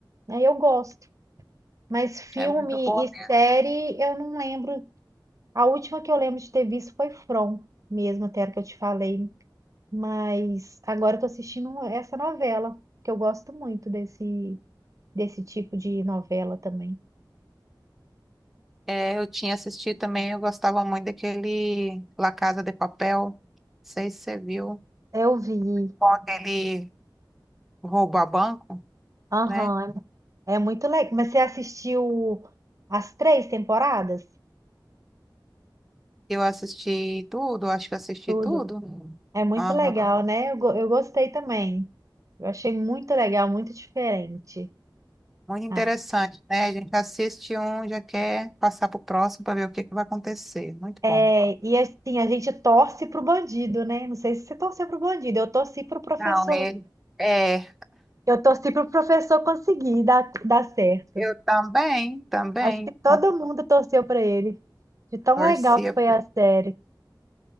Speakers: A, on the right; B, in the centre.
A: aí eu gosto. Mas filme
B: É muito boa
A: e
B: mesmo.
A: série eu não lembro. A última que eu lembro de ter visto foi From, mesmo até a que eu te falei. Mas agora eu tô assistindo essa novela, que eu gosto muito desse, desse tipo de novela também.
B: É, eu tinha assistido também, eu gostava muito daquele La Casa de Papel. Não sei se você viu.
A: Eu vi.
B: Quando ele rouba banco,
A: Aham,
B: né?
A: é muito legal. Mas você assistiu as três temporadas?
B: Eu assisti tudo, acho que assisti
A: Tudo.
B: tudo.
A: É muito
B: Aham.
A: legal, né? Eu, go- eu gostei também. Eu achei muito legal, muito diferente.
B: Muito interessante,
A: Ah,
B: né? A gente assiste um, já quer passar para o próximo para ver o que que vai acontecer. Muito
A: é,
B: bom.
A: e assim, a gente torce pro bandido, né? Não sei se você torceu pro bandido, eu torci pro professor.
B: Não, ele é,
A: Eu torci pro professor conseguir dar, dar certo.
B: eu também, também
A: Acho que todo
B: con-
A: mundo torceu pra ele. De tão
B: torcia,
A: legal que foi a série.